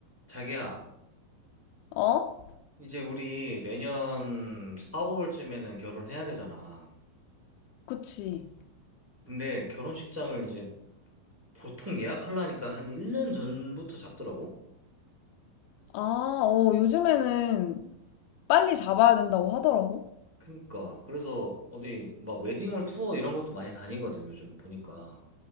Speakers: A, in the centre; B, on the left.
A: 자기야,
B: 어?
A: 이제 우리 내년 4월쯤에는 결혼해야 되잖아.
B: 그치.
A: 근데 결혼식장을 이제 보통 예약하려니까 한 1년 전부터 잡더라고?
B: 아, 어, 요즘에는 빨리 잡아야 된다고 하더라고.
A: 그니까. 그래서 어디 막 웨딩홀 투어 이런 것도 많이 다니거든, 요즘 보니까.